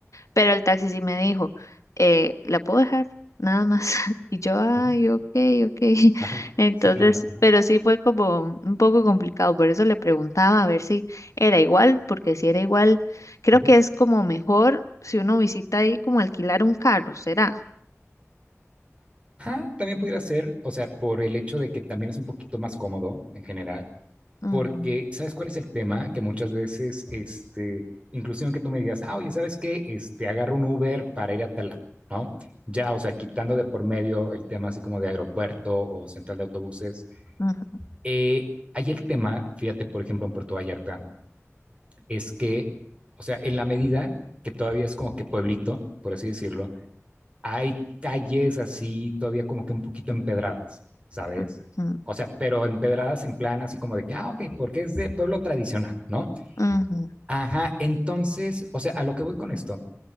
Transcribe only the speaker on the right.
uh -huh,
ajá,
sí, claro. Ujú,
ujú.
Ajá, también pudiera ser, o sea, por el hecho de que también es un poquito más cómodo en general,
Porque, ¿sabes cuál es el tema? Que muchas veces, este, inclusive que tú me digas, ah, oye, ¿sabes qué? Este, agarro un Uber para ir a tal, lado", ¿no? Ya, o sea, quitando de por medio el tema así como de aeropuerto o central de autobuses.
Eh, ahí el tema, fíjate, por ejemplo, en Puerto Vallarta, es que, o sea, en la medida que todavía es como que pueblito, por así decirlo, hay calles así todavía como que un poquito empedradas, ¿sabes?
O sea, pero empedradas en plan así como de que, ah, ok, porque es de pueblo tradicional, ¿no?
Ajá, entonces, o sea, a lo que voy con esto